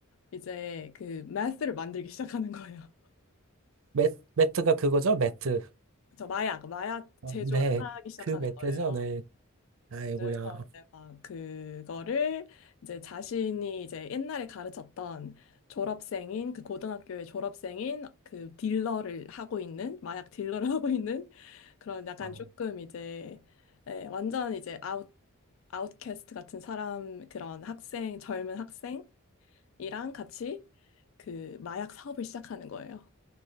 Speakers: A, on the left; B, on the right.
A: 이제 그 매스를 만들기 시작하는 거예요. <laughs>
B: 매, 매트가 그거죠? 매트.
A: 저 마약, 마약
B: 어,
A: 제조를
B: 네,
A: 하기 시작하는
B: 그 매트죠.
A: 거예요.
B: 네. 아이고야.
A: 그래서 이제 막 그거를 이제 자신이 이제 옛날에 가르쳤던 졸업생인 그 고등학교의 졸업생인 그 딜러를 하고 있는 마약 딜러를 <laughs> 하고 있는 그런 약간
B: 아우.
A: 조금 이제 예, 완전 이제 아웃 아웃캐스트 같은 사람 그런 학생 젊은 학생이랑 같이 그 마약 사업을 시작하는 거예요.